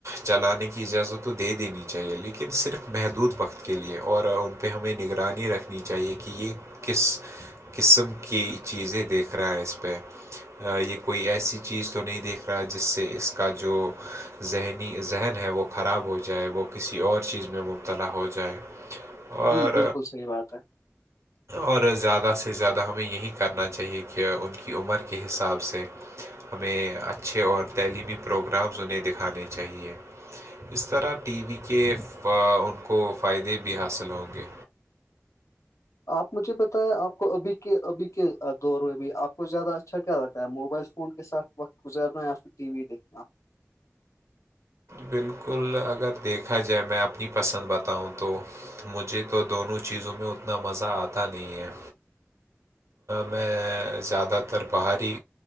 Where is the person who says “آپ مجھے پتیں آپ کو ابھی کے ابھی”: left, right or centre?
Left